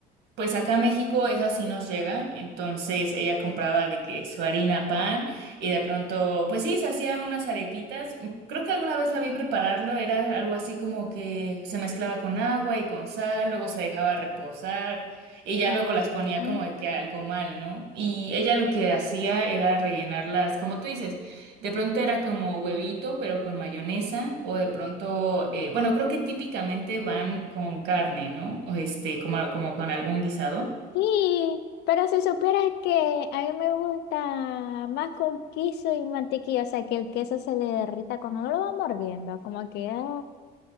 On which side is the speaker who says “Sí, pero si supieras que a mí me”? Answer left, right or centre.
Left